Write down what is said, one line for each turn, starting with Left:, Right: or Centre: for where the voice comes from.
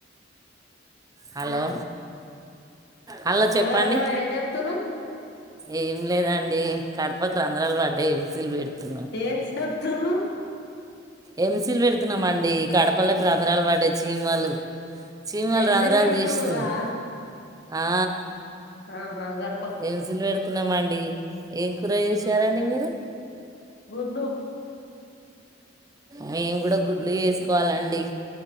Right: హలో! హలో చెప్పండి
Left: అలో అలో ఏం జేత్తుర్రు.
Right: ఏం లేదండి కడపకు రంధ్రాలు పడ్డాయి ఎంసీలు పెడుతున్నాం
Left: ఏం జేత్తుర్రు
Right: ఎంసీల్ పెడ్తున్నామండి కడపలక్ రంధ్రాలు పడ్డాయి చీమలు చీమల్
Left: ఎంసీలు
Right: రంధ్రాల్
Left: పెట్టుకుంటుర్రా
Right: జేస్తున్నయి. ఆ
Left: ఆహా గడప
Right: ఏంసీల్ పెడ్తున్నామండి ఏం కూర చేసారండి మీరు
Left: గుడ్లు
Right: మేం గుడా గుడ్లు చేస్కోవాలండి.